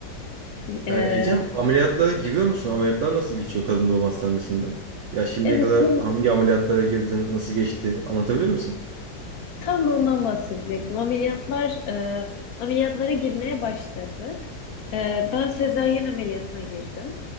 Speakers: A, on the left; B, on the right.
A: E,
B: Ee, Ecem ameliyatlara giriyor musun? Ameliyatlar nasıl geçiyor kadın doğum hastanesinde? Ya şimdiye
A: evet
B: kadar
A: tam
B: hangi ameliyatlara girdin, nasıl geçti? Anlatabilir misin?
A: Tam da ondan bahsedecektim. Ameliyatlar, e, ameliyatlara girmeye başladık. E, ben sezaryen ameliyatına girdim.